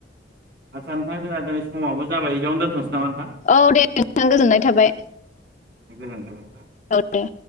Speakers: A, on the right; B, on the left.
A: आतसा नोंथां जोंहा समाबबो जाबाय जयावनो दोन्थ'सै नामा नथां
B: औ दे नोंथां गोजोननाय थाबाय
A: गोजोनथ
B: औ दे